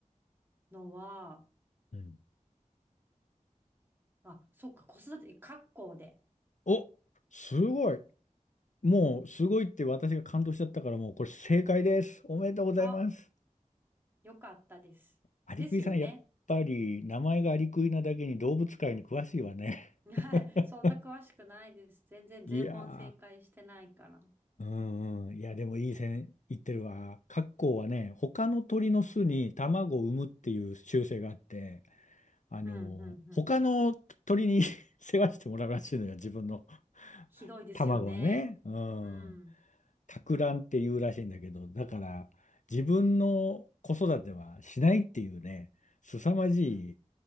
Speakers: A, on the right; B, on the left.
A: のは、
B: うん。
A: あ、そっか、子育て、カッコで。
B: お、すごい。もうすごいって私が感動しちゃったからもうこれ正解です。おめでとうございます。
A: あ、よかったです。
B: アリクイさんやっぱり名前がアリクイなだけに動物界に詳しいわね。
A: ですよね。はい。
B: <laughs>
A: <laughs> そんな詳しくないです。全然全問正解してないから。
B: いやー、うんうん、いやでもいい線いってるわ。カッコウはね、他の鳥の巣に卵を産むっていう習性があって、あの他の鳥に
A: うん、うん、うん。
B: <laughs> 世話してもらうらしいのよ、自分の
A: ひどいですよね。
B: 卵はね。うん。
A: うん、
B: 托卵っていうらしいんだけど、だから自分の子育てはしないっていうね、凄まじい
A: うん、うん。